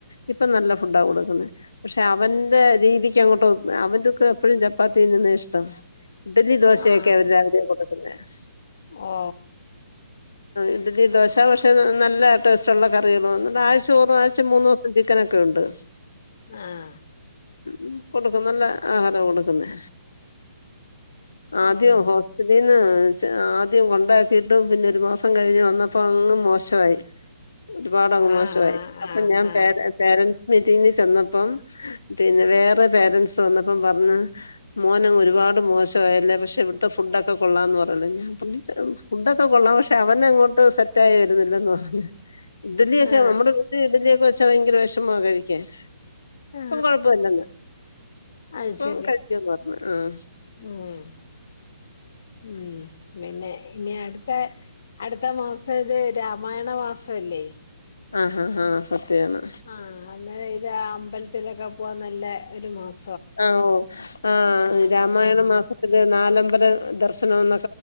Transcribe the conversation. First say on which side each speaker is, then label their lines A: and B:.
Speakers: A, on the left; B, on the left.
A: ഇപ്പൊ നല്ല ഫുഡാ കൊടുക്കുന്നെ പക്ഷെ അവന്റെ രീതിക്ക് അങ്ങോട്ട് അവൻന്റെ ഒക്കെ എപ്പഴും ചപ്പാത്തി ന്നുന്നെ ഇഷ്ടം ഇഡലി ദോശേയ്ക്കെ
B: ആ.
A: അവര്ടെ <unintelligible>
B: ഓ.
A: ഇഡലി ദോശാന്ന് വശാ നല്ല ടേസ്റ്റ് ഉള്ള കറിയൾന്നാഴ് ചോറ് വാഴ്ച്ച മൂന്ന് ദ ചിക്കനൊക്കെ ഉണ്ട്
B: ആഹ്
A: ഉം കൊടുക്കും നല്ല ആഹാരം കൊടുക്കുന്നേ ആദ്യ
B: ഉം.
A: ഹോ തീന്ന് ആദ്യം കൊണ്ടാക്കിയിട്ട് പിന്നെ ഒരു മാസം കഴിഞ്ഞ് വന്നപ്പോ അങ്ങ് മോശവായി. ഒരുപാട് അങ്
B: ആ.
A: മോശവായി.
B: ആ.
A: അപ്പൊ ഞാൻ
B: ആ. ആ.
A: പേര പേരൻറ്സ് മീറ്റിംഗിന് ചെന്നപ്പം പിന്നെ വേറെ പേരന്റ്സ് വന്നപ്പം പറ്ഞ്ഞ് മോനങ്ങ് ഒരുപാട് മോശം വേല്ലേ പക്ഷെ ഇവിട്ത്തെ ഫുഡ്ഒക്കെ കൊള്ളാന്ന് പറയ്ണി ണ്ട് ഞാൻ പ്പന്നിത്രേ ഒള്ളൂ. ഫുഡ്ഒക്കെ കൊള്ളാം പക്ഷെ അവനെ അങ്ങോട്ട് സെ റ്റായി വരുന്നില്ലെന്ന് പറഞ്ഞു ഇഡലിയൊക്കെ
B: ആ.
A: നമ്മുടെ വീട്ടിൽ ഇഡലിയൊക്കെവെച്ചാ ഭയങ്കര വെഷമാ കഴിക്കാൻ
B: ആ.
A: ഇപ്പം കൊഴപ്പൊല്ലന്ന്
B: അത്
A: ഇപ്പം
B: ശരി.
A: കഴിക്കന്ന് പറഞ്ഞ് ആഹ്
B: ഉം ഉം പിന്നെ ഇനി അടുത്തെ അടുത്ത മാസം ഇത് രാമായണ മാസ അല്ലേ
A: ആഹ് ആഹ് ആഹ് സത്യാണ്
B: ആഹ് അല്ല അമ്പൽത്ത്ലൊക്കെ പോവാൻ നല്ല ഒരു മാസം
A: ആഹ് ഓ ആഹ്
B: ആഹ്
A: രാമായണ മാസത്തില് നാലമ്പല ദർശനം എന്നൊ